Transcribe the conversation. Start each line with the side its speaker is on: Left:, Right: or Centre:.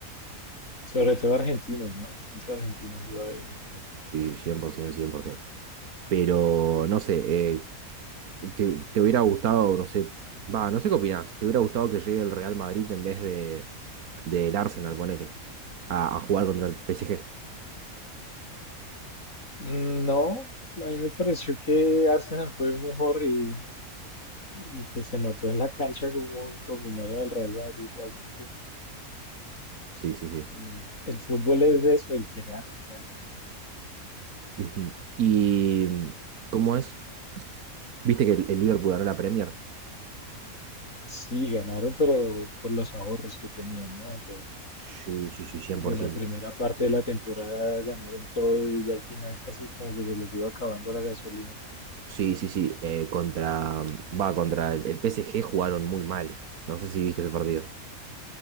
Left: sobre todo argentinos, ¿no? Muchos argentinos han jugado ahí en Inter.
Right: Sí, cien cien por ciento, cien por 100%. Pero, no sé, eh, te, te hubiera gustado, no sé, va, no sé qué opinás, te hubiera gustado que llegue el Real Madrid en vez de, del Arsenal, ponele, a, a jugar contra el PSG.
Left: Mm, No, a mí me pareció que Arsenal fue mejor y, y, pues se notó en la cancha como dominaron al Real Madrid realmente.
Right: Sí, sí, sí.
Left: Y el fútbol es de eso, el que gane, ya.
Right: Ujú. ¿Y mm, cómo es? ¿Viste que el, el Liverpool ganó la Premier?
Left: Sí, ganaron, pero por los ahorros que tenían, ¿no? De,
Right: Sí, sí, sí, 100%.
Left: de la primera parte de la temporada ganaron todo y ya al final casi como que se les iba acabando la gasolina.
Right: Sí, sí, sí. eh, contra, mm, va, contra el, el PSG jugaron muy mal. No sé si viste ese partido.